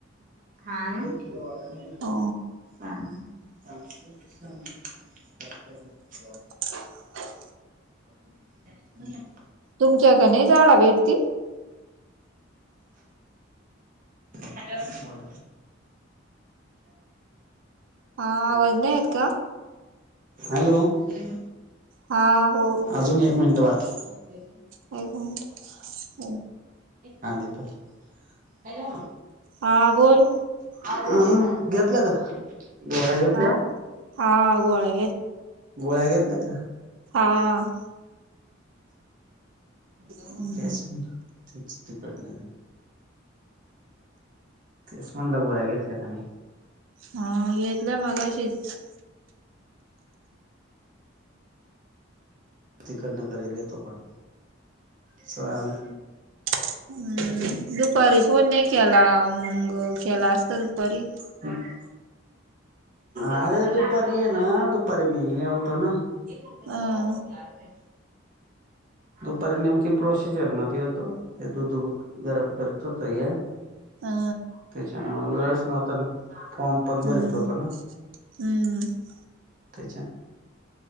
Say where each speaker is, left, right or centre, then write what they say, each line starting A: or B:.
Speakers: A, on the right; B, on the right.
A: हा ना.
B: हो
A: चाललं.
B: <inaudible>
A: झालं का?
B: तुमच्याकनै झाडं भेटती?
A: हॅलो?
B: हा आवाज नाही येत का
A: हॅलो? हॅलो?
B: हा बो
A: अजून एक मिनटं बाकी.
B: होय काय?
A: हा दीपली, हॅलो.
B: हां बोल.
A: आ घेतलं का? गोळ्या घेतल्या?
B: हा हा गोळ्या
A: गोळ्या घेतल्या का?
B: हां.
A: तेच
B: हम्म.
A: म्हणलं. तेच तिकडणं तेच म्हणलं गोळ्या घेतल्या का नाही?
B: हा घेतल्या मगशीच.
A: तिकडनं करेल य तो पण, चाल
B: हम्म. दुपारी फोण नाही केला. मग केला असता दुपारी.
A: <unintelligible> अरे दुपारी ये ना, दुपारी मी हे आवतो ना पण कर का
B: अं
A: खबर लागतय दुपारी नेमकी प्रोसिजर मध्ये होतो. ते दूध गरम करत होत य
B: हा.
A: त्याच्यामुळे वेळच नव्हता ना. फॉर्म पण
B: हम्म
A: भरीत होत ना.
B: हम्म
A: त्याच्या,